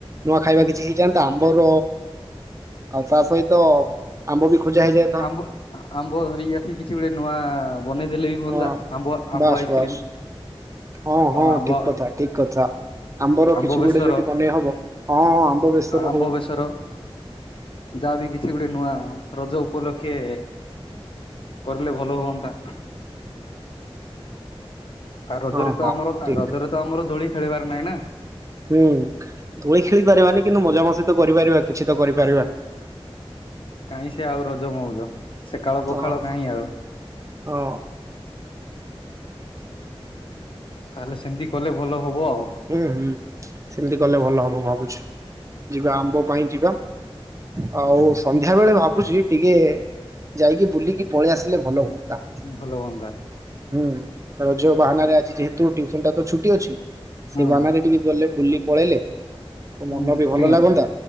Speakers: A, on the right (about 30°); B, on the left (about 60°).
A: ନୂଆ ଖାଇବା କିଛି ଯେନ୍ତା ଆମର ଆଉ ତା ସହିତ ଆମ୍ବ ବି ଖୋଜା ହେଇଯାଏ
B: ଆମ୍ବ ଆମ୍ବ ଧରିକି ଆସି କିଛି ବେଳେ ନୂଆ ବନେଇଦେ ଲେବି ହୁଅନ୍ତା
A: ହଁ
B: ଆମ୍ବ ଆମ୍ବ
A: ବାସ୍
B: ଆଇସ୍କ୍ରିମ
A: ବାସ୍ ହଁ
B: କଣ
A: ହଁ
B: ଆମ୍ବ
A: ଠିକ୍ କଥା ଠିକ୍ କଥା। ଆମ୍ବର
B: ଆମ୍ବ
A: କିଛି
B: ବେସର
A: ଗୋଟେ ଯଦି ବନେଇ ହବ ହଁ ହଁ ଆମ୍ବ ବେସର
B: ଆମ୍ବ
A: ହଉ
B: ବେସର ଯାହା ବି କିଛି ଗୋଟେ ନୂଆ ରଜ ଉପଲକ୍ଷେ କର୍ଲେ ଭଲ ହୁଅନ୍ତା ଆଉ ରଜରେ
A: ହଁ
B: ତ
A: ହଁ
B: ଆମର
A: ଠିକ
B: ଆ ରଜରେ ତ ଆମର ଦୋଳି ଖେଳିବାର ନାହିଁ ନା
A: ହୁଁ ଦୋଳି ଖେଳି ପାରିବାନି କିନ୍ତୁ ମଜା ମସ୍ତି ତ କରିପାରିବା କିଛି ତ କରିପାରିବା
B: କାଇଁ ସେ ଆଉ ରଜ ମଉଜ ସେ କାଳ ପଖାଳ
A: ହଁ
B: କାଇଁ ଆଉ?
A: ହଁ।
B: ତାହେଲେ ସେମିତି କଲେ ଭଲ ହବ ଆଉ?
A: ଉଁ ହୁଁ ସେମିତି କଲେ ଭଲ ହବ ଭାବୁଛୁ ଯିବା ଆମ୍ବ ପାଇଁ ଯିବା ଆଉ ସନ୍ଧ୍ୟା ବେଳେ ଭାବୁଛି ଟିକେ ଯାଇକି ବୁଲିକି ପଳେ ଆସିଲେ ଭଲ ହୁଅନ୍ତା।
B: ଭଲ ହୁଅନ୍ତା
A: ହୁଁ ରଜ ବାହାନାରେ ଆଜି ଯେହେତୁ ଟିୟୁସନ୍ ଟାତ ଛୁଟି ଅଛି ସେ
B: ହୁଁ
A: ବାହାନାରେ ଟିକେ ଗଲେ ବୁଲି ପଳେଇଲେ ତୋ
B: ହୁଁ
A: ମନ ବି ଭଲ
B: ଟିକେ
A: ଲାଗନ୍ତା